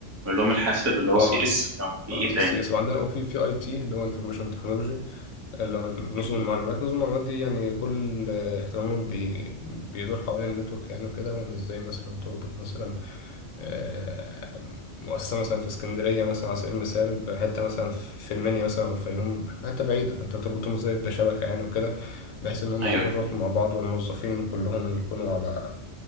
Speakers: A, on the right; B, on the left.
A: علوم الحاسب اللي هو
B: اه
A: سي اس كان في ايه تاني
B: سي اس وعندنا وفي في اي تي اللي هو انفورميشن تكنولوجي اللي هو نظم
A: مهم.
B: المعلومات نظم المعلومات دي يعني كل آه، اهتمامه بي بيدور حوالين النتورك يعني وكده وان ازاي مثلا تربط مثلا آه، مؤسسة مثلا في اسكندرية مثلا على سبيل المثال بحتة مثلا في المنيا مثلا أو الفيوم حتة بعيدة فأنت بتربطهم ازاي بشبكة يعني وكده بحيث إن هم
A: ايوه
B: يعرفوا يتواصلوا مع بعض والموظفين كلهم يكونوا على